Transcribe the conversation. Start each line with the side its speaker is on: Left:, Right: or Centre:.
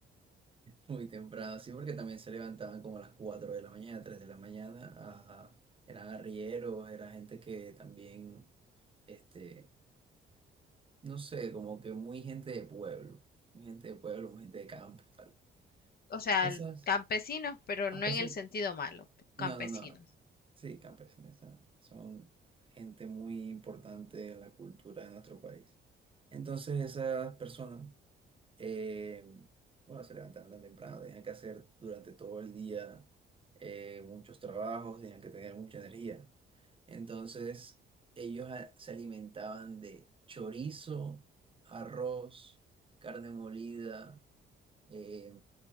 Right: muy temprano, sí, porque también se levantaban como a las 4 de la mañana, 3 de la mañana. a- eran arrieros, era gente que también, este, no sé, como que muy gente de pueblo, muy gente de pueblo, muy gente de campo, tal.
Left: O sea,
Right: Esas
Left: l- campesinos, pero
Right: campesinos.
Left: no en el sentido malo, campesinos.
Right: No, no, no. Sí, campesinos. ah, Son gente muy importante en la cultura de nuestro país. Entonces, esas personas Eh, bueno, se levantaban tan temprano, tenían que hacer durante todo el día eh, muchos trabajos, tenían que tener mucha energía. Entonces, ellos a- se alimentaban de chorizo, arroz, carne molida, eh,